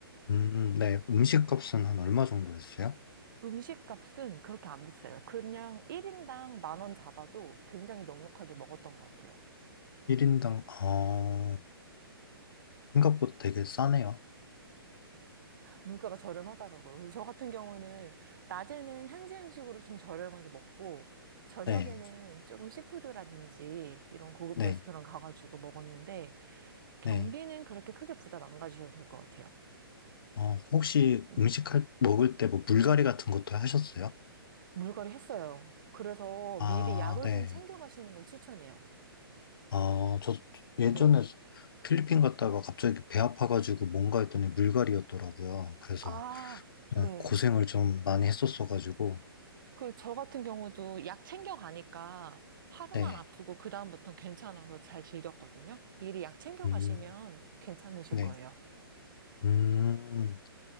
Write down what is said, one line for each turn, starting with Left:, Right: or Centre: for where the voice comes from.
Left: 음, 음, 네. 음식 값은 한 얼마 정도 했어요?
Right: 음식 값은 그렇게 안 비싸요. 그냥 1인당 만 원 잡아도 굉장히 넉넉하게 먹었던 것 같아요.
Left: 1인당, 어, 생각보다 되게 싸네요.
Right: 물가가 저렴하더라고요. 그래서 저 같은 경우는 낮에는 현지 음식으로 좀 저렴하게 먹고 저녁에는
Left: 네.
Right: 조금 시푸드라든지 이런 고급
Left: 네.
Right: 레스토랑 가가지고 먹었는데 경비는
Left: 네.
Right: 그렇게 크게 부담 안 가지셔도 될 것 같아요.
Left: 어, 혹시
Right: 음.
Left: 음식 할, 먹을 때 뭐 물갈이 같은
Right: 네.
Left: 것도 하셨어요?
Right: 물갈이 했어요. 그래서
Left: 아,
Right: 미리 약을
Left: 네.
Right: 좀 챙겨 가시는 걸 추천해요.
Left: 아, 저 예전에
Right: 네.
Left: 필리핀 갔다가 갑자기 배 아파가지고 뭔가 했더니 물갈이였더라고요. 그래서
Right: 아,
Left: 그냥
Right: 네.
Left: 고생을 좀 많이 했었어가지고,
Right: 그리고 저 같은 경우도 약 챙겨 가니까 하루만
Left: 네.
Right: 아프고 그다음부터는 괜찮아서 잘 즐겼거든요. 미리 약 챙겨
Left: 음,
Right: 가시면 괜찮으실
Left: 네.
Right: 거예요.
Left: 음,